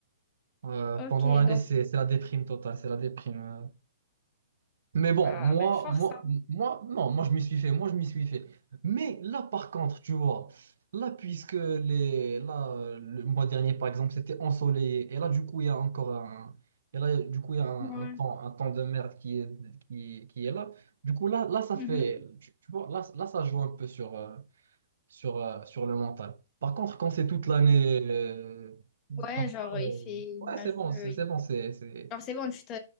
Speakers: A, on the right; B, on the left.
A: Euh,
B: Ok,
A: pendant l'année,
B: donc,
A: c'est c'est la déprime totale, c'est la déprime. euh, mais bon,
B: bah,
A: moi,
B: ben, force,
A: moi,
B: hein.
A: moi, non, moi je m'y suis fait, moi je m'y suis fait. Mais là, par contre, tu vois, là, puisque les, là, le mois dernier, par exemple, c'était ensoleillé, et là, du coup, il y a encore un, et là, du coup, il y a un,
B: Ouais.
A: un temps, un temps de merde qui est, qui, qui est là. Du coup, là, là, ça
B: Mhm.
A: fait, tu, tu vois, là, là, ça joue un peu sur, euh, sur, euh, sur le mental. Par contre, quand c'est toute l'année, euh,
B: Ouais,
A: comme
B: genre,
A: ça,
B: il
A: euh,
B: fait
A: ouais,
B: nuageux,
A: c'est bon, c'est
B: il
A: c'est
B: pleut.
A: bon, c'est, c'est,
B: Genre, c'est bon, tu te...